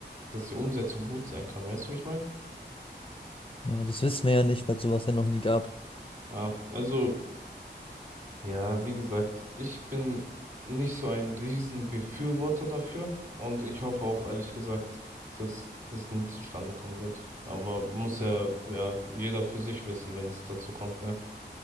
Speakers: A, on the right (about 45°); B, on the left (about 30°).
A: dass die Umsetzung gut sein kann. Weißt du, wie ich meine?
B: Ja, das wissen wir ja nicht, weil es sowas ja noch nie gab.
A: Ja, also, ja, wie gesagt, ich bin nicht so ein Riesenbefürworter dafür und ich hoffe auch ehrlich gesagt, dass das nie zustande kommen wird. Aber muss ja, ja, jeder für sich wissen, wenn es dazu kommt, ne?